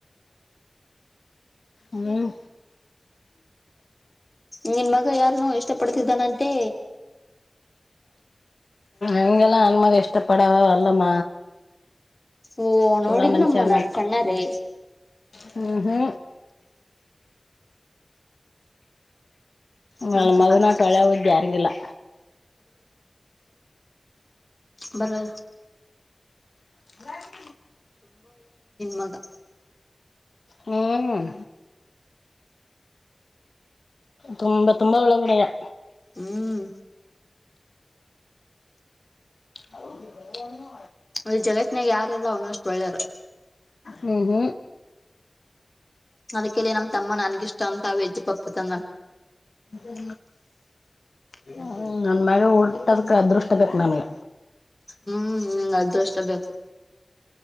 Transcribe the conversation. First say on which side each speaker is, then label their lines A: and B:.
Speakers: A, on the left; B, on the left.
A: ಹ್ಮ್
B: ನಿನ್ ಮಗ ಯಾರನೋ ಇಷ್ಟ ಪಡ್ತಿದ್ದಾನಂತೆ
A: ಎಂಗಲ್ಲಾ ನನ್ಮಗೆ ಇಷ್ಟಪಡಾವ ಅಲ್ಲಮ್ಮ
B: ಓ ನೋಡಿದನಮ್ಮ
A: ಚಲೋ ಮನುಷ್ಯ
B: ನಾನು ಕಣ್ಣಾರೆೇ
A: ಹ ಹಾ ನನ್ನ
B: ಹ ಸ್ವಲ್ಪ
A: ಮಗನಟ
B: ಹಾಕ್ ಸಾಸ್
A: <unintelligible> ಒಳ್ಳೆ ಬುದ್ಧಿ ಯಾರಿಗೂ ಇಲ್ಲಾ
B: ಬರ <unintelligible>
A: <unintelligible>
B: ಮಗಾ
A: ಹ್ಮ್ ತುಂಬಾ ತುಂಬಾ ಒಳಗಡೆಯಾ
B: ಹ್ಮ್
A: ಹೌದು ನು
B: ಇ ಜಗತ್ತನ್ಯಾಗ ಯಾರಿಲ್ಲಾ ಅವನ ಅಷ್ಟ ಒಳ್ಳೇಯವರ
A: ಹ್ಮ ಹ್ಮ
B: ಅದಕ್ಕೆಲ್ಲಿ ನಮ್ ತಮ್ಮ ನನ್ಗಿಷ್ಟ ಅಂತ ವೆಜ್ ಪಪ್ಪತಂದ
A: ಜ ಹ್ಮ ನನ್ ಮಾಗ ಉಲ್ಟದಕ್ಕೆ ಅದೃಷ್ಟ ಬೇಕ ನನ್ಗ
B: ಹ್ಮ್ ನಂಗಗೆ ಅದು ಇಷ್ಟ ಬೇಕು